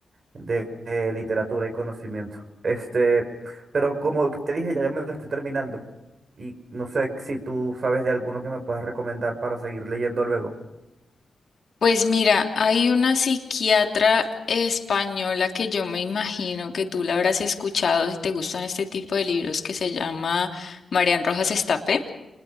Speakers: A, on the right; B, on the left.
A: de, eh, literatura y conocimiento. Este, pero como te dije, ya me lo estoy terminando y no sé si tú sabes de alguno que me puedas recomendar para seguir leyendo luego.
B: Pues mira, hay una psiquiatra española que yo me imagino que tú la habrás escuchado si te gustan este tipo de libros que se llama Marian Rojas Estape.